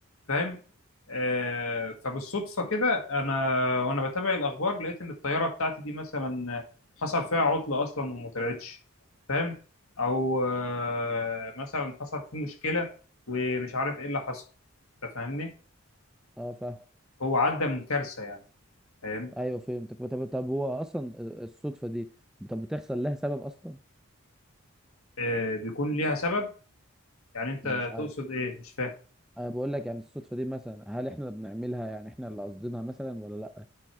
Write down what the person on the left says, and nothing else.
فاهم آه، فبالصدفة كده انا وانا بتابع الاخبار لقيت ان الطيارة بتاعتي دي مثلا حصل فيها عطلة اصلا وما طلعتش فاهم او آه، مثلا حصل فيه مشكلة ومش عارف ايه اللي حصل انت فاهمني
هو عدى من كارثة يعني فاهم
آه، بيكون ليها سبب يعني انت
تقصد ايه مش فاهم